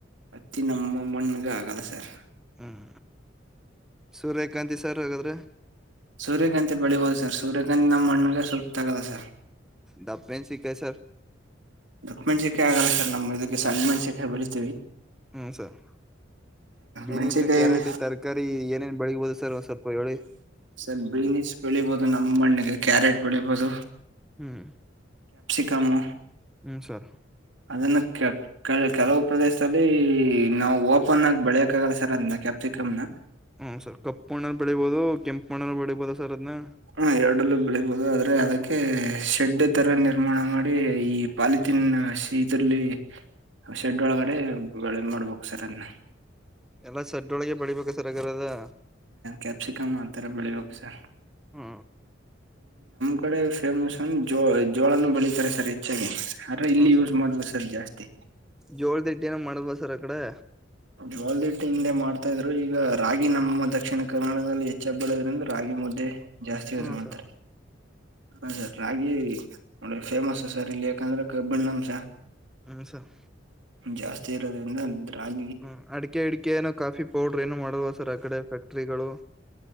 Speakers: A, on the right; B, in the centre.
A: ಹತ್ತಿ ನಮ್ಮ ಮಣಗ ಆಗಲ್ಲ ಸರ್
B: ಹ್ಮ್ ಸೂರ್ಯಕಾಂತಿ ಸರ್ ಹಾಗಾದ್ರೆ
A: ಸೂರ್ಯಕಂತಿ ಬೆಳಿಬಹದು ಸರ್ ಸೂರ್ಯಕಾಂತತ್ ನಮ್ಮ ಮಣ್ಣಿಗ ಸೂಕ್ತ ಆಗಲ್ಲ ಸರ್
B: ಡಬ್ ಮೆಣಸಿನಕಾಯಿ ಸರ್
A: ದುಟ್ಟ ಮಣಸೆಕಾಯಿ ಆಗಲ್ಲ ಸರ್ ನಮ್ ಇದಕ್ಕೆ ಸಣ್ಣ ಮಣಸೆಕಾಯಿ ಬೇಳಿತೀವಿ
B: ಹ್ಮ ಸರ್ ಬೀನಸ್
A: ಮೆಣಸಿಕಾಯಿ
B: ಕ್ಯಾರೆಟ್
A: ಏನ್
B: ತರಕಾರಿ ಏನೇನ್ ಬೆಳಗ್ಬೋದು ಸರ್ ಒಂದ್ ಸ್ವಲ್ಪ ಹೇಳಿ
A: ಸರ್ ಬೀನಿಸ್ ಬೆಳಿಬೋದು ನಮ್ಮ ಮಣ್ಣಿಗೆ ಕ್ಯಾರೆಟ್ ಬೆಳೀಬಹದು
B: ಹ್ಮ್
A: ಕಮ್ಮ
B: ಹ್ಮ್ ಸರ್
A: ಅದನ್ನು ಕೆ ಕೆಲವು ಪ್ರದೇಶದಲ್ಲಿ ನಾವು ಓಪನ್ ಆಗಿ ಬೆಳಿಯಾಕ ಆಗಲ್ಲ ಸರ್ ಅದ್ನ ಕ್ಯಾಪ್ಸಿಕಂ ನಾ
B: ಹ್ಮ್ ಸರ್ ಕಪ್ಪು ಮಣ್ಣಲೀ ಬೆಳಿಬೋುದು ಕೆಂಪ ಮಣ್ಣ ಅಲ್ಲಿ ಬೆಳಿಬೋದ ಸರ್ ಅದನ್ನ
A: ಹ ಎರಡಲ್ಲೂ ಬೆಳಿಬಹುದು ಆದ್ರೆ ಅದಕ್ಕೆ ಶೆಡ್ ತರ ನಿರ್ಮಾಣ ಮಾಡಿ ಈ ಪಾಲಿಥೀನ್ ಇದ್ರಲ್ಲಿ ಶೆಡ್ ಒಳಗಡೆ ಗಳೇ ಮಾಡ್ಬೇಕು ಸರ್ ಇನ್ನಾ
B: ಎಲ್ಲಾ ಶಡ್ಡೊಳಗೆ ಬೆಳಿಬೇಕ ರಾಗದಡ್ಡ
A: ಕ್ಯಾಪ್ಸಿಕಮ್ ಆತರ ಬೆಳಿಬೇಕು ಸರ್ <unintelligible>
B: ಹ್ಮ
A: ಆ ಕಡೆ ಫೇಮಸ್ ಒ ಜೋ ಜೋಳನು ಬೆಳೀತಾರೆ ಸರ್ ಹೆಚ್ಚಾಗಿ ಅರ್ರ ಇಲ್ಲಿ
B: ಹ್ಮ್
A: ಯೂಸ್
B: ಸರ್
A: ಮಾಡಲ್ಲ ಸರ್ ಜಾಸ್ತಿ
B: ಜೋಳದ ಹಿಟ್ಟ ಏನೋ ಮಾಡಲ್ವಾ ಸರ್ ಅಕಡೆ
A: ಜೋಳದ ಹಿಟ್ಟು ಹಿಂದೆ ಮಾಡ್ತಾ ಇದ್ರು ಈಗ ರಾಗಿ ನಮ್ಮ ದಕ್ಷಿಣ ಕನ್ನಡದಲ್ಲಿ ಹೆಚ್ಚಾಗಿ ಬೆಳೆಯುವುದರಿಂದ ರಾಗಿ ಮುದ್ದೆ ಜಾಸ್ತಿ ಯೂಸ್
B: ಹ್ಮ
A: ಮಾಡ್ತಾರೆ
B: ಸರ್
A: ಹ ಸರ್ ರಾಗಿ ಒಳ್ಳೆ ಫೇಮಸ್ ಸರ್ ಇಲ್ಲಿ ಯಾಕಂದ್ರೆ ಕಬ್ಬಣ್ಣಾಂಶ
B: ಹೂ ಸರ್
A: ಜಾಸ್ತಿ ಇರೋದ್ರಿಂದ ರಾಗಿ
B: ಹ್ಮ್ ಅಡಿಕೆ ಇಡಿಕೆ ಏನು ಕಾಫಿ ಪೌಡರ್ ಏನನು ಮಾಡಲ್ವ ಸರ್ ಆ ಕಡೆ ಫ್ಯಾಕ್ಟ್ರಿಗಳು